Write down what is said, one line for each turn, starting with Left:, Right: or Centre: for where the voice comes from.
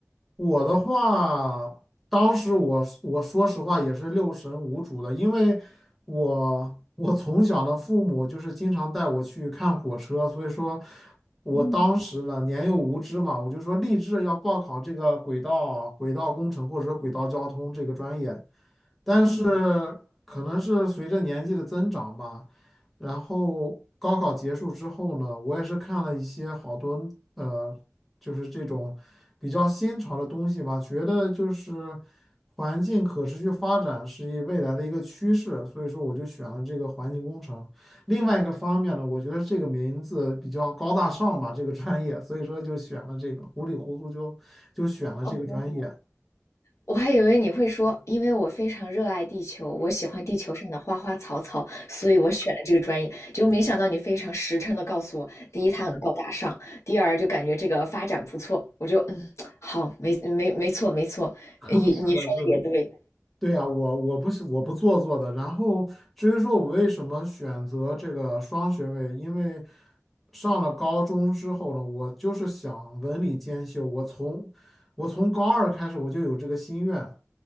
Centre: 我的话，当时我我说实话也是六神无主的，因为我我从小的父母就是经常带我去看火车，所以说我当时呢年幼无知嘛，
Left: 嗯。
Centre: 我就说立志要报考这个轨道轨道工程或者说轨道交通这个专业，但是
Left: 嗯，
Centre: 可能是随着年纪的增长吧，然后高考结束之后呢，我也是看了一些好多。呃就是这种比较新潮的东西吧，觉得就是环境可持续发展是一未来的一个趋势，所以说我就选了这个环境工程。另外一个方面呢，我觉得这个名字比较高大上吧，这个专业，所以说就选了这个，糊里糊涂就就选了这个专业。
Left: 哦，
Centre: <coughs>
Left: 我还以为你会说，因为我非常热爱地球，我喜欢地球上的花花草草，所以我选了这个专业。就没想到你非常实诚的告诉我，第一，它很高大上；第二，就感觉这个发展不错。我就嗯，好，没没没错没错，
Centre: <laughs>
Left: 也你说的也对，
Centre: 是的，是的。对呀，我我不是我不做作的。然后至于说我为什么选择这个双学位，因为上了高中之后呢，我就是想文理兼修。我从我从高二开始我就有这个心愿，